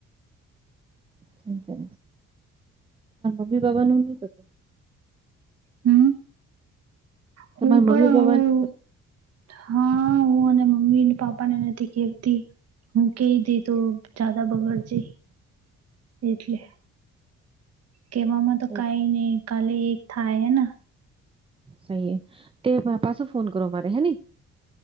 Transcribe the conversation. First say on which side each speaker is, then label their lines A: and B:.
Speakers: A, on the right; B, on the right.
A: તમારા મમ્મી બાપા નું નહતું.
B: હમ. હું
A: તમારા
B: પણ.
A: મમ્મી બાબાનું
B: હા, હું અને મમ્મી પાપા ને નથી કેતી. હું કઈ દે, તો જદા બગડજે. એટલે. કેવામાં તો
A: સહી
B: કઈ નહી, કાલે એક થાય હે.
A: સહીએ તે મા પાસો ફોન કરો મારે હેની.